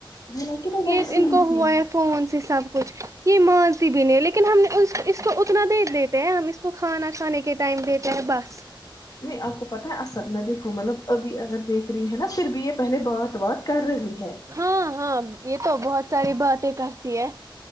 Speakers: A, on the left; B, on the right.
A: بولا کہ وہ
B: یہ
A: ویسے
B: تو ان
A: ہی
B: کو
A: تھی
B: ہوا ہے فون سے سب کچھ یہ مان بھی نہیں لیکن ہم نے اس کو اتنا دے دیتے ہیں ہم اس کو کھانا کھانے کے ٹائم دیتا ہے بس <unintelligible>
A: نہیں آپ کو پتہ ہے اصل میں دیکھوں مطلب ابھی اگر دیکھ رہی ہیں نا پھر بھی یہ پہلے بات بات کر رہی ہے
B: ہاں ہاں یہ تو بہت ساری باتیں کرتی ہے <unintelligible>